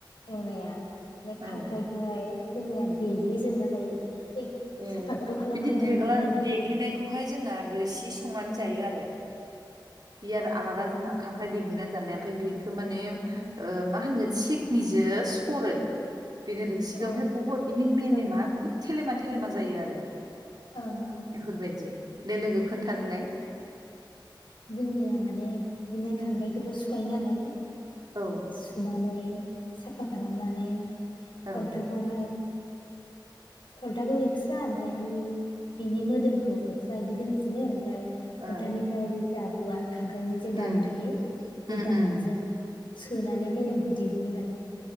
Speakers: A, on the left (about 80°); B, on the right (about 55°).
A: इवनाया। ने
B: औ
A: खांख्राइखौहाय जोंनिया देग्लि जोबना लायो बै
B: ए
A: साफाखौथ' खालामखायाखा
B: बिदि देग्ला
A: नालाय
B: देग्लिनायखौहाय जोंना रोसि संनानै जायो आरो। बि
A: औ
B: आरो आलादा जोंना खां फ्राय दिग्लिना जानाय ओमफाय बि खो माने ओ
A: औ
B: मा होनगोन थिकनिजो सरो बेनि रोसिखो
A: औ
B: ओमफाया बहुत इनि मेलेमा
A: ओं ओं
B: बहुत थेलेमाथो थेलेमा जायो आरो
A: ओं
B: एफोरबायदि। दे लोगो खोन्थादोलाय।
A: ओं जोंनिया माने बिदिनो खांख्रायखौथ सुखायो नालाय
B: औ
A: सुनानै साफा खालामनानै खलथाखौहाय
B: औ
A: खलथाखौ एक्सट्रा ओमफाय बिनि मोदोमखौ एक्सट्रा इदि दोनसिगोन ओमफाय
B: औ
A: खलथानिनिफ्राय बे दाबुआ खांख्राइनि जे दाबु
B: उम
A: थायो
B: उम
A: बे दाबुजों
B: उम
A: सोनाय माने मेलेमखौ दिहुनो माने